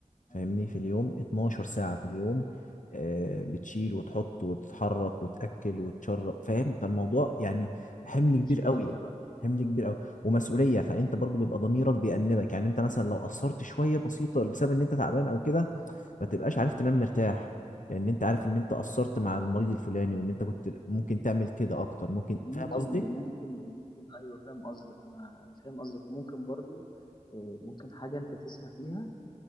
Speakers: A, on the left (about 75°); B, on the left (about 35°).
A: فاهمني
B: جدا
A: في اليوم 12 ساعة في اليوم آه، بتشيل وتحط وتتحرك وتأكل وتشرب فاهم فالموضوع يعني حمل
B: دي
A: كبير
B: مشكلتها
A: قوي
B: بقى
A: حمل كبير قوي ومسؤولية فأنت برضو بيبقى ضميرك بيأنبك يعني أنت مثلا لو قصرت شوية بسيطة بسبب إن أنت تعبان أو كده ما تبقاش عارف تنام مرتاح لأن أنت عارف إن أنت قصرت مع المريض الفلاني وإن أنت كنت ممكن تعمل كده أكتر ممكن
B: وممكن
A: فاهم قصدي؟
B: وممكن وممكن ايوه فاهم قصدك انا انا فاهم قصدك وممكن برضو آه، ممكن حاجه انت تسهى فيها